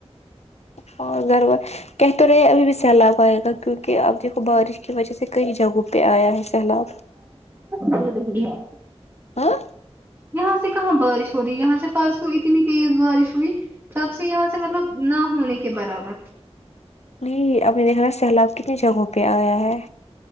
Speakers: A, on the left (about 75°); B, on the right (about 20°).
A: اور گھر ور کہہ تو رہے ابھی بھی سیلاب آئے گا کیونکہ اب دیکھو بارش کی وجہ سے کئی جگہوں پہ آیا ہے سیلاب
B: کھیل رہی ہے
A: ہاں
B: یہاں سے کہاں بارش ہو رہی یہاں سے پرسو اتنی تیز بارش ہوئی تب سے یہاں سے مطلب نہ ہونے کے برابر
A: نہیں اپ نے دیکھا سیلاب کتنی جگہوں پہ آیا ہے